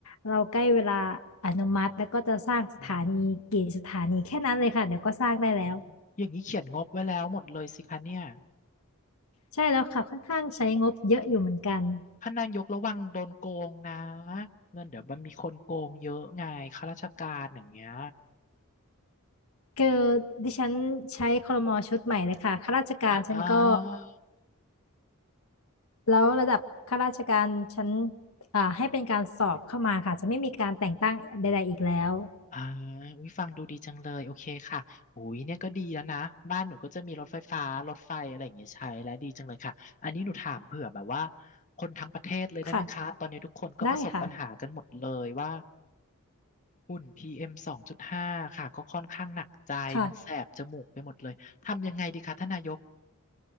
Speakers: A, on the left; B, on the left.
A: เราใกล้เวลาอนุมัติแล้วก็จะสร้างสถานีกี่สถานีแค่นั้นเลยค่ะเดี๋ยวก็สร้างได้แล้ว
B: อมอมอย่างนี้เขียนงบไว้แล้วหมดเลยสิคะเนี่ย
A: ใช่แล้วค่ะค่อนข้างใช้งบเยอะอยู่เหมือนกัน
B: พ่านนายกระวังโดนโกงนะเงินเดี๋ยวมันมีคนโกงเยอะไงข้าราชการอย่างเงี้ย
A: คือดิฉันใช้ครมชุดใหม่เลยค่ะข้าราชการฉันก็
B: อ่า
A: แล้วระดับข้าราชการฉันอ่าให้เป็นการสอบเข้ามาค่ะจะไม่มีการแต่งตั้งใดๆอีกแล้ว
B: อ่าอุ้ยฟังดูดีจังเลยโอเคค่ะอุ้ยเนี่ยก็ดีแล้วนะบ้านหนูก็จะมีรถไฟฟ้ารถไฟอะไรอย่างเงี้ยใช้แล้วดีจังเลยค่ะอันนี้หนูถามเผื่อแบบว่าคนทั้งประเทศเลยได้ไหมคะตอนนี้ทุกคนก็ประสบปัญหากันหมดเลยว่า
A: ค่ะได้ค่ะ
B: ฝุ่น PM 2.5ค่ะก็ค่อนข้างหนักใจมันแสบจมูกไปหมดเลยทำยังไงดีคะท่านนายก
A: ค่ะ